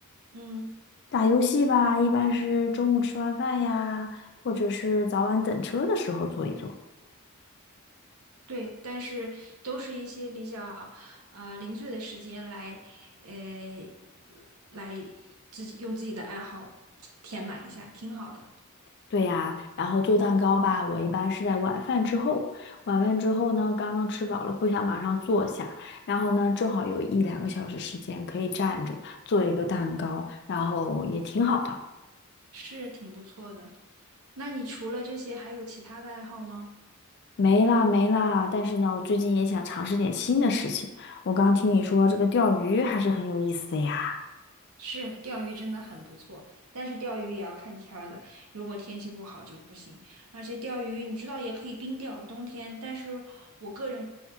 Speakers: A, on the right (about 75°); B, on the left (about 50°).
A: 嗯，
B: 打游戏吧，一般是中午吃完饭呀，或者是早晚等车的时候做一做。
A: 对，但是都是一些比较啊、呃零碎的时间来，呃，来自己用自己的爱好填满一下，挺好的。
B: 对呀，然后做蛋糕吧，
A: 嗯
B: 我一般是在晚饭之后。晚饭之后呢，刚刚吃饱了，不想马上坐下，然后呢，正好有一两个小时时间可以站着做一个蛋糕，然后也挺好的。
A: 是挺不错的。那你除了这些，还有其他的爱好吗？
B: 没啦没啦，但是呢，我最近也想尝试点新的事情。我刚听你说这个钓鱼还是很有意思的呀。
A: 是，钓鱼真的很不错，但是钓鱼也要看天儿的，如果天气不好就不行。而且钓鱼，你知道也可以冰钓，冬天。但是我个人，